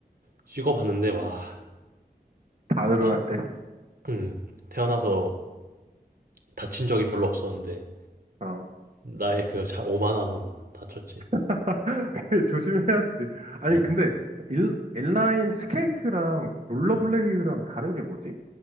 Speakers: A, on the right; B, on the right.
A: 찍어봤는데 와,
B: 다들한테.
A: 다- 음, 태어나서 다친 적이 별로 없었는데
B: 어.
A: 나의 그 자, 오만함으로 다쳤지.
B: <laughs> 조심해야지. 아니,
A: 응,
B: 근데, 일, 인라인 스케이트랑 롤러블레이드랑
A: 응.
B: 다른 게 뭐지?